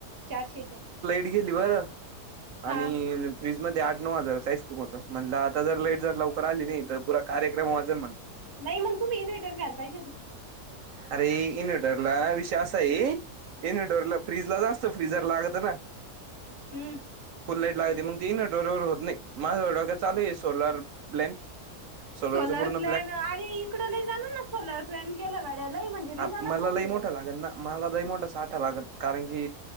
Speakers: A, on the right; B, on the right.
A: चारशेच्या.
B: ती गेली बर
A: हा
B: आणि फ्रीज मध्ये आठ नऊ हजारचं, आईस्क्रीम होतं. म्हणलं आता जर लाईट जर लवकर आली नाही, तर पुरा कार्यक्रम वाजल म्हण
A: नाही, मग तुम्ही इन्व्हेटर घ्यायला पाहीजेत ना.
B: अरे इन्व्हर्टरला विषय असा आहे इन्व्हर्टरला फ्रिज ला जास्त फ्रीझर लागतं ना.
A: हम्म.
B: फूल लाईट लागते, मग ती इन्व्हर्टरवर होत नाही. माझा बी डोक्यात चालू आहे, सोलर प्लॅन सोलरचा
A: सोलर
B: पूर्ण
A: प्लॅन, आरे इकडं लई जणांना सोलर प्लॅन केलेला आहे. लई म्हणजे लई जणाकडं
B: मला
A: आहे
B: लई
A: केलेलं.
B: मोठा लागेल ना मला लई मोठा साठा लागल, कारण की